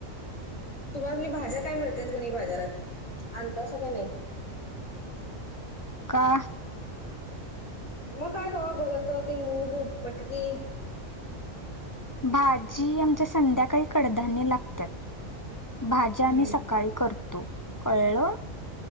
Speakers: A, on the left; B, on the left.
A: तुम्हासनी भाज्या काय मिळत्यात का नाही बाजारात, आणतायसा का नाही.
B: का?
A: मग काय, कवा बघल तवा ती मूग, मटकी,
B: भाजी, आमच्या संध्याकाळी कडधान्य लागत्यात. भाज्या
A: हम्म
B: आम्ही सकाळी करतो,, कळलं.